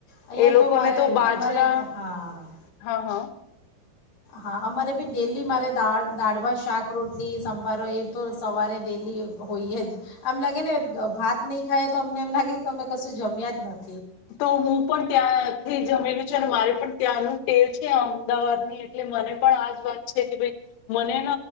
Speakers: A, on the left; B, on the left.
A: અહીંયા
B: એ લોકોને
A: તો મારે
B: બાજરા
A: અમારે, હા.
B: હા હા
A: હા, અમારે બી ડેલી મારેા દાળભા શાક રોટી સાભારો એ તો સવારે ડેલી હોય જ આમ લાગે ને ભાત નહીં ખાય તો અમને એમ લાગે કે અમે કશું જમ્યા જ ન
B: તો હું પણ ત્યાંથી જમેલું છ અને મારે પણ ત્યાંનું તેલ છે અમદાવાદ ની એટલે મને પણ આજ વાત છે કે ભાઈ મને